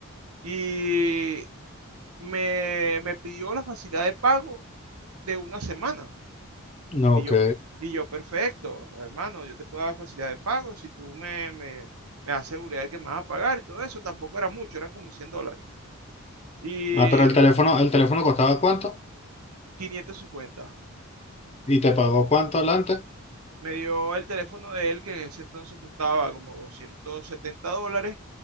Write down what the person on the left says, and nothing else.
ok.
Ah, pero el teléfono, el teléfono costaba cuánto
y te pagó cuánto adelante.